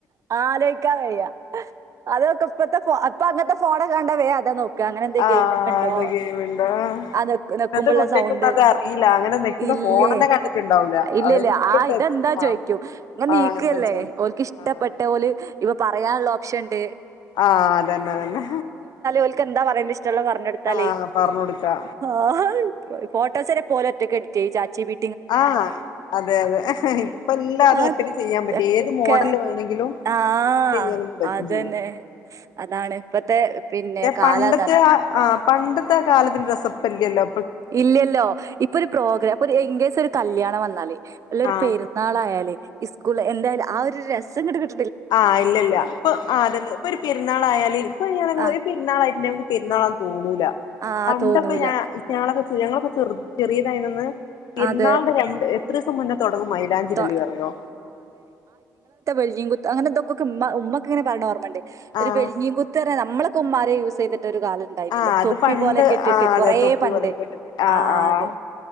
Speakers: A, on the right; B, on the left.
A: അലോയ്ക്കാൻവയ്യ. അതൊക്കെ ഇപ്പത്തെ ഫോ അപ്പ അങ്ങത്തെ ഫോണൊക്കെ കണ്ട വേ അത നോ ക്ക അങ്ങനെ എന്നെ
B: ആഹ്
A: ഗെയ്മൊക്കെ ഇണ്ടോ
B: അത് ഗെയിമുണ്ട്
A: ആ
B: ഇപ്പത്തെ
A: നെക്കുമ്പ ഇള്ളസൗണ്ട്
B: കുട്ടികക്കൊന്നും അത് അറിയില്ല അങ്ങനെ നിക്കുന്ന
A: ഇല്ലെ.
B: ഫോണന്നെ കണ്ടിട്ടുണ്ടാവൂല
A: ഇല്ലല്ല്യആ
B: അവര് ഫുള്ള് ടച്ച്
A: ഇതെന്താ
B: ആഹ്
A: ചോയ്ക്കും ഇങ്ങനെ
B: ആഹ്
A: നീക്കാല്ലേ
B: എന്താ ചോദിക്കും
A: ഓക്ക് ഇഷ് ഇഷ്ടപ്പെട്ട
B: ആഹ്
A: ഓല് ഇപ്പൊ പറയാൻള്ള ഓപ്ഷൻ ഇണ്ട്
B: ആഹ് അതന്നെ അതന്നെ
A: ഓൽക്ക് എന്താ പറയണ്ട്യെ ഇഷ്ടള്ളെ പറഞ്ഞടുത്താലേ.
B: ആഹ് പറഞ്ഞു കൊടുക്കാ
A: ഹാ ഫോട്ടോസ് വരെ ഇപോല് ഒറ്റക്ക് ഇപ്പൊ ഓല് ഒറ്റ എ ചാച്ച്ബി
B: ആഹ് അതെ അതെ ഇപ്പ എല്ലാ അത്
A: അതൊക്കെ
B: ഒറ്റക്ക് ചെയ്യാൻ പറ്റി ഏത് മോഡല് വേണെങ്കിലും
A: ആഹ്
B: എടുത്ത് ചെയ്യാനും പറ്റും
A: അതെന്നെ
B: ചെയ്യും
A: അതാണ് ഇപ്പത്തെ പിന്നെ കാലം
B: പണ്ടത്തെ
A: അതാണ്
B: ആ പണ്ടത്തെ കാലത്തിന്റെ രസപ്പല്യല്ലോ
A: ഇല്യല്ലോ. ഇപ്പൊരു പ്രോഗ്രാംഇപ്പൊരു ഇൻ കേസ് ഒരു കല്യാണം വന്നാല് അല്ല ഒരു
B: ആഹ്
A: പെരുന്നാളായാല് ഇ സ്കൂള് എന്തായാലും ആ ഒരു രസം ങ്ങട്ട് കിട്ട്
B: ആഹ് ഇല്ല ഇല്ല ഇപ്പ ആതെന്നെ. ഇപ്പൊ ഒരു പെരുന്നാളായാല് ഇപ്പൊ <unintelligible>
A: ആഹ്
B: പെരുന്നാളായിട്ട പെരുന്നാളാന്ന് തോന്നൂല.
A: ആഹ്
B: പണ്ടൊക്കെ
A: തോന്നൂല
B: ഞാ <unintelligible> ഞങ്ങളൊക്കെ ഞങ്ങളൊക്കെ ചെറ് ചെറ്യേതായിന്യന്ന് പെരുന്നാള്ടെ
A: അതെ
B: രണ്ട് എത്രീസം മുന്നെ തൊടങ്ങും മൈലാഞ്ചി ഇടല്
A: ത
B: അറ്യോ
A: വെൽഞ്ഞീൻകുത്ത് അങ്ങെനെ ഇതൊക്കെക്കെ ഇമ്മ ഉമ്മക്കെ ഇങ്ങനെ പറിണ ഓർമ്മണ്ട് ഒരു
B: ആഹ്
A: വെൽഞ്ഞീ കുത്ത് പറ്യ നമ്മളൊക്കെ ഉമ്മാരെ യൂസ്ചെയ്ട്ട് ത്തെരു കാലം ഇണ്ടായിനല്ലോ.
B: ആഹ് അത്
A: തൊപ്പി
B: പണ്ട്
A: പോല്യെക്കെ ഇട്ടിട്ട്
B: ആഹ്
A: കൊറേ
B: അതെ തൊപ്പി
A: പണ്ട്
B: പോലെയൊക്കെ ഇട്ടിട്ട്
A: ഹാ
B: ആഹ് ആഹ്
A: അത്